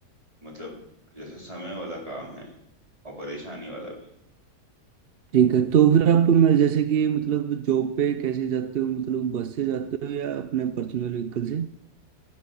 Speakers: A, on the right (about 20°); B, on the right (about 60°).
A: मतलब जैसे समय वाला काम है और परेशानी वाला भी
B: ठीक है तो फिर आप मैं जैसे कि मतलब जॉब पे कैसे जाते हो मतलब बस से जाते हो या अपने पर्सनल व्हीकल